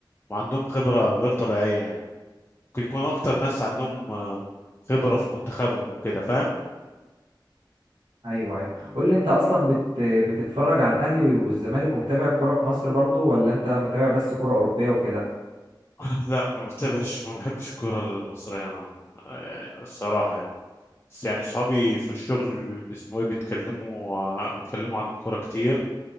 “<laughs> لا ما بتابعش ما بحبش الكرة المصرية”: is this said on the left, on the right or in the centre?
Left